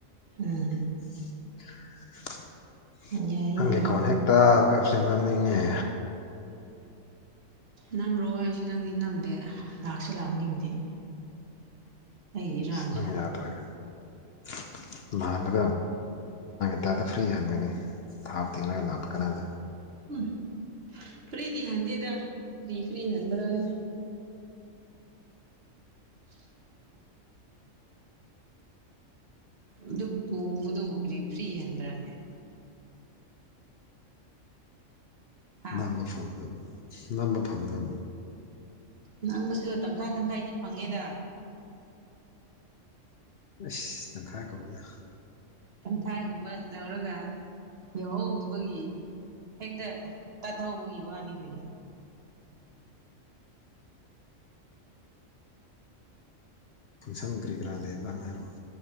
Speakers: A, on the right; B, on the left.
A: ꯎꯝ꯫
B: <unintelligible>
A: ꯌꯥꯏ
B: ꯅꯪꯒꯤ
A: ꯌꯥꯏ
B: ꯀꯣꯜ ꯍꯦꯛ ꯇꯥꯕꯒ <inaudible> ꯅꯤꯡꯉꯦ꯫
A: ꯅꯝꯕ꯭ꯔꯣ ꯍꯥꯏꯁꯤ ꯅꯪꯗꯤ ꯅꯝꯗꯦ ꯂꯥꯛꯁꯨ ꯂꯥꯛꯅꯤꯡꯗꯦ꯫ ꯑꯩ ꯏꯔꯥꯟꯗ꯭ꯔꯥ
B: ꯅꯪ ꯌꯥꯗ꯭ꯔꯒ꯫ <unintelligible> ꯅꯍꯥꯟꯒꯤ ꯇꯥꯏꯞꯇ ꯐ꯭ꯔꯤ ꯍꯟꯒꯅꯤ꯫ ꯊꯥꯎ ꯇꯤꯡꯉꯒ ꯂꯥꯛꯄ ꯀꯥꯅꯗ꯫
A: ꯎꯝ ꯐ꯭ꯔꯤꯗꯤ ꯍꯥꯟꯗꯦꯗ ꯀꯔꯤ ꯐ꯭ꯔꯤ ꯍꯟꯕꯔꯥ ꯏ꯫ <inaudible> ꯑꯗꯨꯛ ꯇꯣꯡꯕꯗꯨꯕꯨ ꯀꯔꯤ ꯐ꯭ꯔꯤ ꯍꯟꯕ꯭ꯔꯥꯅꯦ꯫ ꯍꯥ
B: ꯅꯝꯕ ꯐꯪꯗꯕꯨ ꯅꯝꯕ ꯐꯪꯗꯕꯕꯨ꯫
A: ꯅꯝꯕꯁꯨ ꯇꯪꯈꯥꯏ ꯇꯪꯈꯥꯏꯗꯤ ꯐꯪꯉꯦꯗ꯫
B: ꯑꯁ ꯇꯪꯈꯥꯏ ꯀꯧꯗ꯫
A: ꯇꯪꯈꯥꯏꯒꯨꯝꯕ ꯂꯧꯔꯒ ꯌꯧꯍꯧꯗꯕꯒꯤ ꯍꯦꯛꯇ ꯇꯠꯍꯧꯕꯒꯤ ꯋꯥꯅꯤ ꯀꯩꯅꯣ꯫
B: ꯐꯪꯁꯟ ꯀ꯭ꯔꯤ ꯀꯥꯔꯥ ꯂꯩꯔꯥ ꯀꯥꯟꯗ ꯍꯥꯏꯔꯛꯑꯣ꯫